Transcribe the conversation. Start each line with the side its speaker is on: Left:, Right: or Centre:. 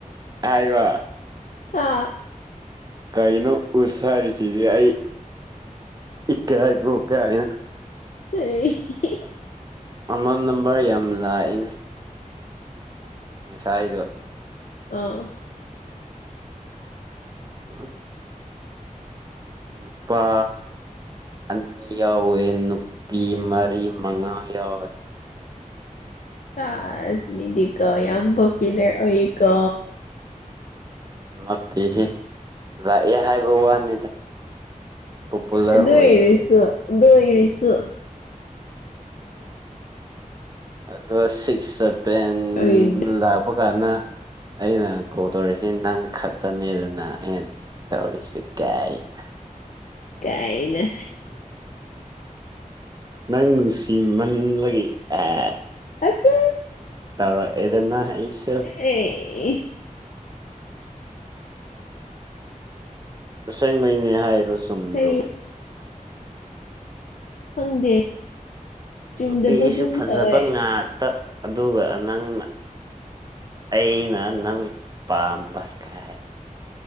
Right: ꯍꯥꯏ ꯋꯥ
Left: ꯑꯥ
Right: ꯀꯥꯏꯅꯣ ꯑꯣ ꯁꯔꯤ ꯆꯤꯖ ꯑꯏ ꯏ ꯍꯥꯏ ꯔꯣꯀꯅꯤꯅ
Left: ꯍ
Right: ꯃꯃꯥꯟ ꯅꯝꯕꯔ ꯌꯥꯝ ꯂꯥꯛꯏꯅꯦ ꯁ ꯍꯥꯏꯗꯣ
Left: ꯑꯥ
Right: ꯑ ꯅꯨꯄꯥ ꯑꯅꯤ ꯌꯥꯎꯋꯦ ꯅꯨꯄꯤ ꯃꯔꯤ ꯃꯉꯥ ꯌꯥꯎꯋꯦ
Left: ꯁꯥꯥꯁꯃꯤꯗꯤ ꯀꯣ ꯌꯥꯝ ꯄꯣꯄꯤꯂꯔ ꯑꯣꯏꯀꯣ
Right: ꯃꯠꯇꯦꯍꯑ ꯍꯥꯏꯕ ꯋꯥꯅꯤꯗ ꯄꯣꯄꯨꯂꯔ
Left: ꯑꯗꯨ
Right: ꯑꯣꯏꯗꯦ
Left: ꯑꯣꯏꯔꯁꯨ ꯑꯗꯨ ꯑꯣꯏꯔꯁꯨꯔ
Right: ꯑꯗꯣ ꯁꯤꯛꯁ ꯁꯚꯦꯟ
Left: ꯑꯣꯏꯗ
Right: ꯂꯥꯛꯄ ꯀꯥꯟꯗ ꯑꯩꯅ ꯀꯣꯜ ꯇꯧꯔꯤꯔꯤꯁꯤ ꯅꯪ ꯈꯛꯇꯅꯦꯗꯅ ꯑꯩꯅ ꯇꯧꯔꯤꯁꯤ ꯀꯅ
Left: ꯀꯥꯏ ꯅ
Right: ꯅꯪ ꯅꯨꯡꯁꯤꯃꯟꯂꯒ ꯑꯦ
Left: ꯑꯆ
Right: ꯇꯧꯔꯣ ꯑꯦꯗꯅ ꯑꯩꯁꯣ
Left: ꯑꯦ
Right: ꯇꯁꯦꯡꯉꯩꯅꯦ ꯍꯥꯏꯗꯣ ꯆꯨꯝꯗ꯭ꯔꯣ
Left: ꯑꯩ ꯈꯪꯗꯦ ꯆꯨꯝꯗꯕꯒꯨꯝ
Right: ꯅꯨꯄꯤꯁꯨ ꯐꯖꯕ
Left: ꯇꯧꯋꯦ
Right: ꯉꯥꯛꯇ ꯑꯗꯨꯒ ꯅꯪꯅ ꯑꯩꯅ ꯅꯪ ꯄꯥꯝꯕ ꯀ ꯍꯥꯏꯅ